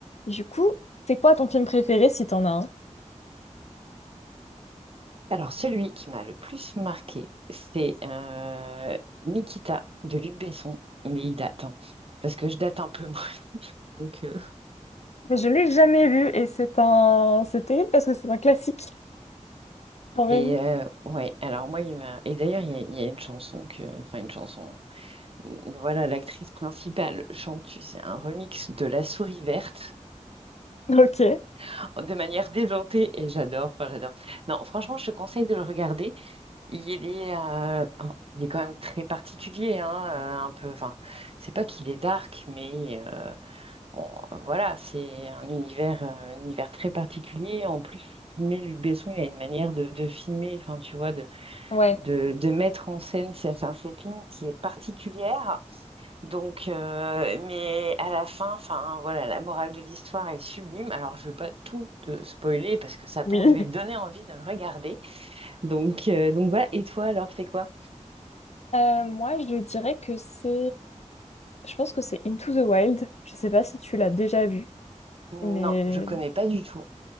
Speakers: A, on the left; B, on the right.
A: Du coup, c'est quoi ton film préféré si t'en as un?
B: Alors, celui qui m'a le plus marqué, c'est euh, Nikita de Luc Besson, mais il date, hein, parce que je date un peu, <laughs> moi. Donc, euh,
A: Je l'ai jamais vu et c'est un... C'est terrible parce que c'est un classique quand même.
B: Et euh, ouais, alors moi, il m'a. Et d'ailleurs, il y, a il y a une chanson que. Enfin, une chanson. euh, Voilà, l'actrice principale chante, tu sais, un remix de La Souris Verte
A: Ok.
B: <laughs> de manière déjantée, et j'adore, enfin, j'adore. Non, franchement, je te conseille de le regarder. Il est, euh, oh, il est quand même très particulier, hein, euh, un peu. Enfin, c'est pas qu'il est dark, mais. euh, Bon, euh, voilà, c'est un univers, euh, un univers très particulier. En plus, filmer Luc Besson, il a une manière de, de filmer, enfin, tu vois, de,
A: Ouais.
B: de, de mettre en scène certains films qui est particulière. Donc, euh, mais à la fin, enfin, voilà, la morale de l'histoire est sublime. Alors, je ne vais pas tout te spoiler parce que ça tombe,
A: Oui.
B: je vais te donner envie de le regarder. Donc, euh, donc voilà. Et toi, alors, c'est quoi?
A: Euh, moi, je dirais que c'est... Je pense que c'est Into the Wild. Je sais pas si tu l'as déjà vu,
B: Non,
A: mais
B: je connais pas du tout.